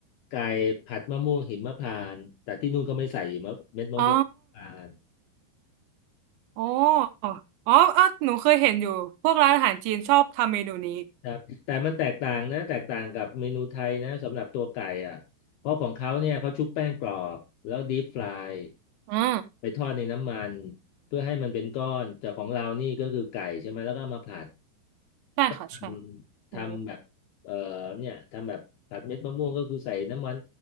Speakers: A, on the left; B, on the right.
A: ไก่ผัดมะม่วงหิมพานต์แต่ที่นู่นเขาไม่ใส่หิมะเม็ดมะม่วงหิมพานต์
B: อ๋ออ๋ออ๋ออ่ะหนูเคยเห็นอยู่พวกร้านอาหารจีนชอบทำเมนูนี้
A: ครับแต่มันแตกต่างนะแตกต่างกับเมนูไทยนะสำหรับตัวไก่อ่ะเพราะของเขาเนี่ยเขาชุบแป้งกรอบแล้วดีฟราย
B: อ่า
A: ไปทอดในน้ำมันเพื่อให้มันเป็นก้อนแต่ของเรานี่ก็คือไก่ใช่ไหมแล้วก็เอามาผัด
B: ใช่ค่ะใช่
A: อืม
B: โอ้
A: ทำแบบเอ่อเนี่ยทำแบบผัดเม็ดมะม่วงก็คือใส่น้ำมัน